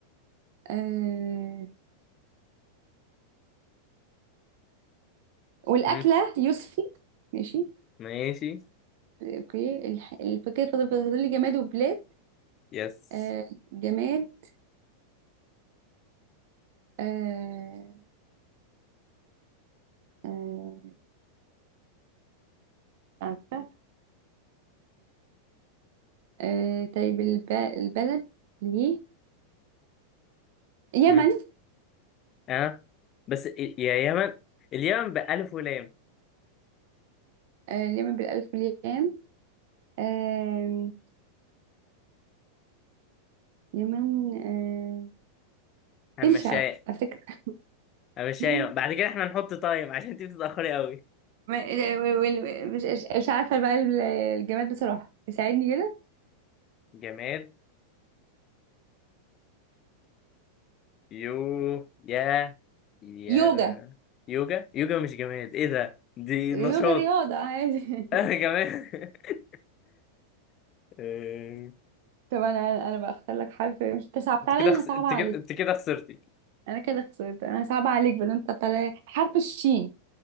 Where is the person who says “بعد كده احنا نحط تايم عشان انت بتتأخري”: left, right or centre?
Left